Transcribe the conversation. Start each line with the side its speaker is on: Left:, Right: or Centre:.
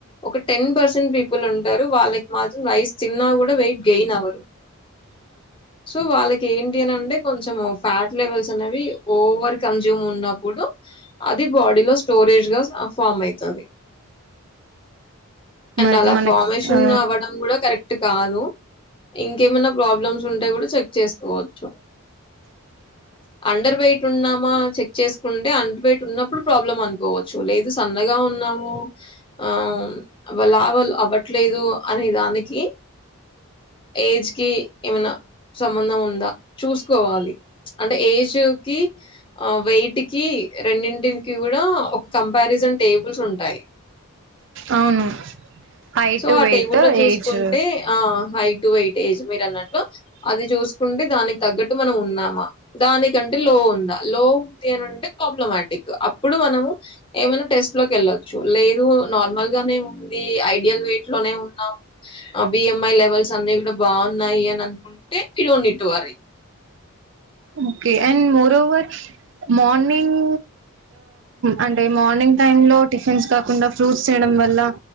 Left: ఒక టెన్ పర్సెంట్ పీపుల్ ఉంటారు వాళ్ళకి మాత్రం రైస్ తిన్నా గూడా వెయిట్ గెయిన్ అవరు
Right: <inaudible>
Left: సో వాళ్ళకి ఏంటి అని అంటే కొంచెం ఫ్యాట్ లెవెల్స్ అనేవి ఓవర్ కన్జ్యూమ్ ఉన్నప్పుడు అది బాడీలో స్టోరేజ్ గా ఫామ్ అయితది
Right: <inaudible>
Left: అండ్
Right: మరికి
Left: అలా
Right: మనకి
Left: ఫార్మేషన్
Right: ఆ
Left: అవ్వడం గూడా కరెక్ట్ కాదు ఇంకేమైనా ప్రాబ్లమ్స్ ఉంటే గూడా చెక్ చేసుకోవచ్చు
Right: <inaudible>
Left: అండర్ వైట్ ఉన్నామా చెక్ చేసుకుంటే అండర్ వై ట్ ఉన్నప్పుడు ప్రాబ్లం అనుకోవచ్చు లేదు సన్నగా ఉన్నాము ఆ వాళ్ళ లావ్ అవ్వట్లేదు అనే దానికి ఏజ్ కి ఏమన్నా సంబంధం ఉందా చూసుకోవాలి అంటే ఏజ్ కి ఆ వెయిట్ కి రెండింటింటికి గూడా ఒక కంపారిజన్ టేబుల్స్ ఉంటాయి
Right: అవును హైట్
Left: సో ఆ
Right: వెయిట్
Left: టేబు లో చూసుకుంటే
Right: ఏజ్
Left: ఆ హైట్ టు ఎయిట్ ఏజ్ మీరు అన్నట్టు అది చూసుకుంటే దానికి తగ్గట్టు మనం ఉన్నామా దానికంటే లో ఉందా లో ఉందింటే ప్రాబ్లమాటిక్ అప్పుడు మనము ఏమైనా టెస్ట్ లోకి ఎళ్ళొచ్చు లే లేదు నార్మల్గానే ఐడియల్ వయిట్ లోనే ఉన్నాము బిఎంఐ లెవెల్స్ అన్ని కూడా బాగున్నాయి అని అనుకుంటు ట్టే హేనోటవరి
Right: ఓకే అండ్ మోరోవర్ మార్నింగ్ అంటే మార్నింగ్ టైమ్ లో టిఫిన్స్ కాకుండా ఫ్రూట్స్ చేయడం వల్ల